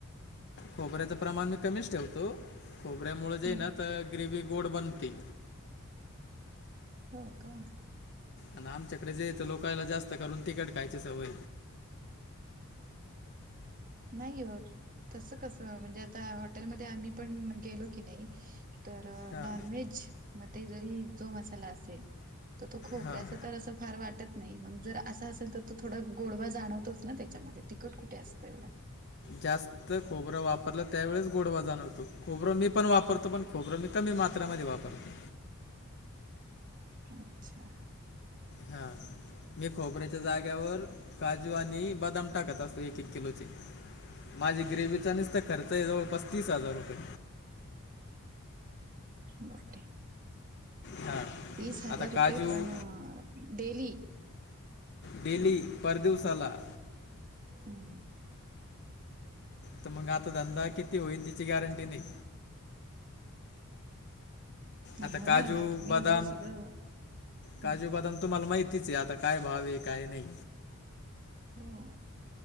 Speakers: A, on the left (about 50°); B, on the right (about 40°).
A: खोबऱ्याचं प्रमाण मी कमीच ठेवतो खोबऱ्यामुळे जे
B: हं,
A: ना तर ग्रेव्ही गोड बनते.
B: हो का?
A: आणि आमच्याकडे जे हे ते लोकायला जास्त करून तिखट खायची सवय.
B: नाही हो तसं कसं म्हणजे आता हॉटेलमध्ये आम्ही पण गेलो की नाही तर
A: हां
B: नॉनव्हेज मध्ये जरी जो मसाला असेल तर तो खोबऱ्याच
A: हां
B: तर असं फार वाटत नाही मग जर असा असेल तर तो थोडा गोडवा जाणवतोच ना त्याच्यामध्ये तिकट कुठे असतं एवढं.
A: जास्त खोबरं वापरलं त्यावेळेस गोडवा जाणवतो खोबरं मी पण वापरतो पण खोबरं मी कमी मात्रामध्ये वापरतो.
B: अच्छा.
A: हां. मी खोबऱ्याच्या जागेवर काजू आणि बदाम टाकत असतो एक-एक किलोचे. माझी ग्रेव्हीचा निसता खर्च आहे जवळपास तीस हजार रुपये
B: बापरे!
A: हां
B: तीस हजार
A: आता
B: रुपये
A: काजू
B: पण अ डेली
A: डेली पर दिवसाला.
B: हम्म.
A: तर मंग आता धंदा किती होईल तिची गॅरंटी नाही.
B: नाही
A: आता
B: होणार
A: काजू
B: ना तुम्ही
A: बदाम
B: एवढं सगळं हं.
A: काजू बदाम तुम्हाला माहितीच आहे आता काय भाव हाय काय नाही.
B: हो.